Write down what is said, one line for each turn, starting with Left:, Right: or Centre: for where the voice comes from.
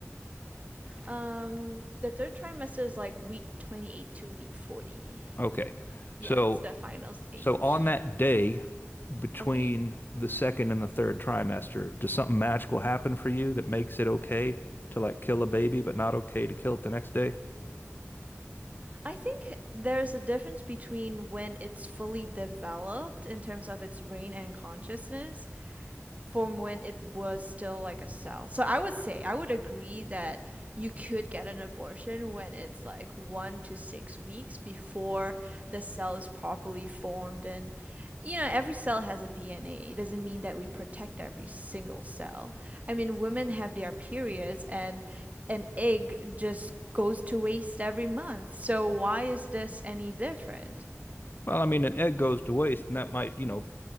Right: Um, the third trimester is like week 28 to week 40.
Left: Okay.
Right: Yeah,
Left: So
Right: it's the final stage.
Left: so on that day between
Right: Okay.
Left: the second and the third trimester, does something magical happen for you that makes it okay to like kill a baby, but not okay to kill it the next day?
Right: I think there's a difference between when it's fully developed in terms of its brain and consciousness from when it was still like a cell. So I would say, I would agree that you could get an abortion when it's like one to six weeks before the cell is properly formed. And, you know, every cell has a DNA. It doesn't mean that we protect every single cell. I mean, women have their periods and an egg just goes to waste every month. So why is this any different?
Left: Well, I mean, an egg goes to waste, and that might, you know,